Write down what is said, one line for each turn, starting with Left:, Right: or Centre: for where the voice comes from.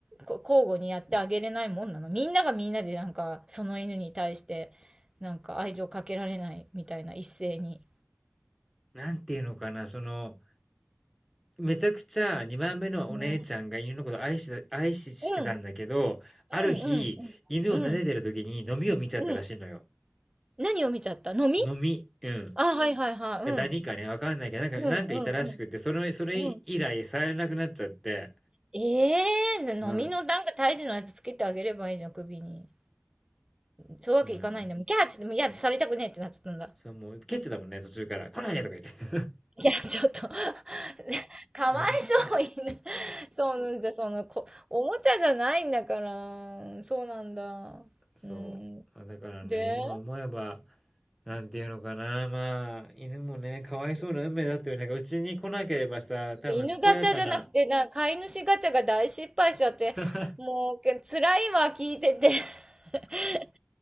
Right: こ交互にやってあげれないもんなの。みんながみんなでなんか、その犬に対して、なんか愛情かけられないみたいな、一斉に。
Centre: なんていうのかな、その、めちゃくちゃ2番目のお姉ちゃんが犬のこと愛してた愛ししてたんだけど、
Right: うん、うん、うん、
Centre: ある日、
Right: うん、
Centre: 犬を撫でてる時にノミを見ちゃったらしいのよ。
Right: うん、うん。うん何を見ちゃったのみ
Centre: ノミ、うん。
Right: あ、はいはいはい、
Centre: かダニかね、
Right: うん。
Centre: わかんないけど、なんかなんかいたらしくて、
Right: うん、うん、
Centre: それそれ以来触れなくなっちゃって。
Right: うん、うんええー飲みのなんか胎児のやつつけてあげればいいじゃん、
Centre: うん。
Right: 首に。そういうわけいかないんだもん。
Centre: まあね。
Right: キャーちょっともう嫌でされたくねえってなっちゃったんだ。
Centre: そう、もう蹴ってたもんね、途中から。来ないでとか言って。
Right: いや、ちょっと <laughs> かわいそう、
Centre: <laughs>
Right: 犬。そうなんだ、その、こ、おもちゃじゃないんだから。そうなんだ。
Centre: そう。
Right: うん。
Centre: あだからね、
Right: で、
Centre: 今思えば、なんていうのかな、まあ、犬もね、かわいそうな運命だったよね。
Right: ちょ、
Centre: なんかうちに来なければさ、
Right: ちょ犬ガチャじゃなくて、
Centre: 多分健やかな、
Right: な、飼い主ガチャが大失敗しちゃって、
Centre: <laughs>
Right: もう、け辛いわ、聞いてて。<laughs>